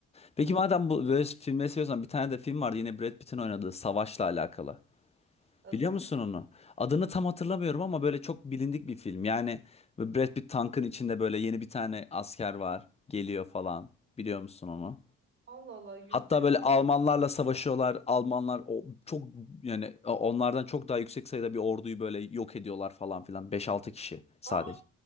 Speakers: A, on the left; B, on the right.
A: Peki madem bu böyle filmleri seviyorsan bir tane de film vardı yine Brad Pitt'in oynadığı Savaş'la alakalı.
B: adı.
A: Biliyor musun onu? Adını tam hatırlamıyorum ama böyle çok bilindik bir film. Yani böyle Brad Pitt tankın içinde böyle yeni bir tane asker var, geliyor falan. Biliyor musun onu?
B: Allah Allah yüzde
A: Hatta
B: yüz
A: böyle
B: biliyor.
A: Almanlarla savaşıyorlar. Almanlar o çok yani onlardan çok daha yüksek sayıda bir orduyu böyle yok ediyorlar falan filan. beş altı kişi sadece.
B: Ah